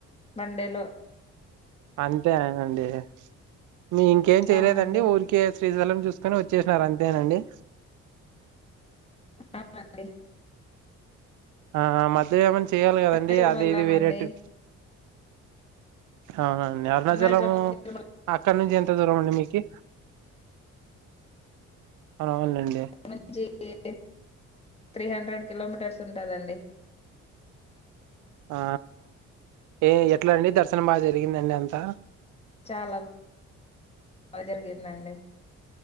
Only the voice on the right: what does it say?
అంతే అనండి మీ ఇంకేం చేయలేదండి
ఊరికే శ్రీశలం చూసుకొని వచ్చేసినారు అంతేనండి
ఆ మధ్యామం చేయాలి కదండి
అది
ఇది వేరేటి అవునండి అరుణాచలము
అక్కడ నుంచి ఎంత దూరం అండి మీకు కే అవునులేండి
ఆ ఏ ఎట్లా అండి దర్శనం బాగా జరిగిందండి అంతా